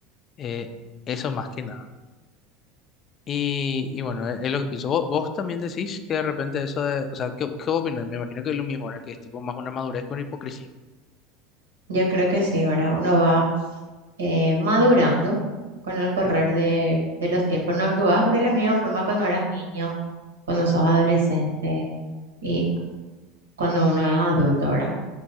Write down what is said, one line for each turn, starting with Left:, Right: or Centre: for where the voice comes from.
Left: eh, eso más que nada. Y, y bueno, es, es lo que pienso. ¿Vos, vos también decís que de repente eso de, o sea, ¿qué, qué opinas? Me imagino que es lo mismo, ahora que es tipo más una madurez que una hipocresía.
Right: yo creo que sí, ¿verdad? Uno va eh, madurando con el correr de, de los tiempos. No actúas de la misma forma cuando eras niño, cuando sos adolescente y cuando uno es adulto, ¿verdad?